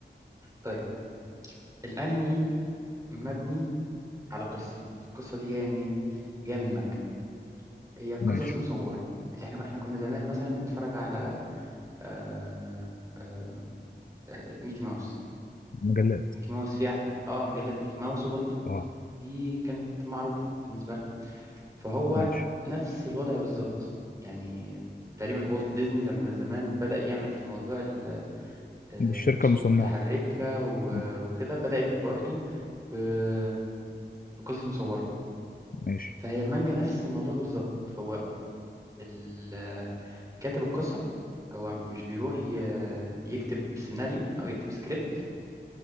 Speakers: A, on the right; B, on the left.
A: طيب الانمي مبني على قصه القصه دي جايه منين جايه من المانجا هي قصص
B: ماشي
A: مصوره اللي احنا احنا كنا زمان مثلا بنتفرج على آه... آه... آه، ميكي ماوس
B: مجلات
A: ميكي ماوس فيها اه مجلات ميكي ماوس وبطوط
B: اه
A: دي كانت معروفة بالنسبة لنا فهو
B: ماشي
A: نفس الوضع بالظبط يعني تقريبا والت ديزني لما زمان بدأ يعمل موضوع ال- آه،
B: دي الشركه
A: الرسوم
B: المصنعه
A: المتحركة و-
B: م،
A: وكده بدأت برضو ب- بقصص مصورة
B: ماشي
A: فهي المانجا نفس الموضوع بالظبط هو ال- آه، كاتب القصة هو مش بيروح ي- يكتب سيناريو أو يكتب سكريبت